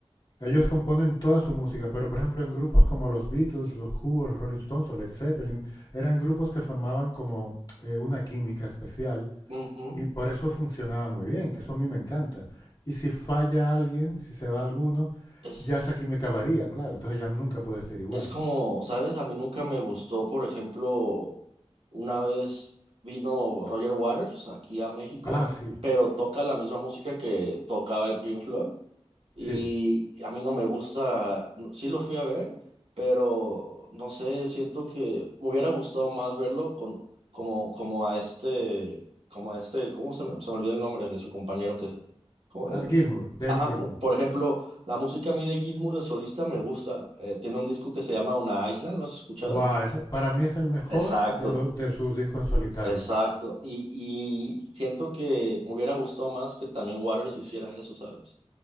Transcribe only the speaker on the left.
ellos componen toda su música, pero por ejemplo en grupos como los Beatles, los Who, los Rolling Stones o Led Zeppelin, eran grupos que formaban como eh, una química especial
Y por eso funcionaba muy bien, que eso a mí me encanta. Y si falla alguien, si se va alguno,
ya esa química varía, claro. Entonces ya nunca puede ser igual.
Ah, sí,
sí.
Ah,
Gilmour, David
Gilmour.
Wow, ese- para mí es el mejor
de, lo- de sus discos en solitario.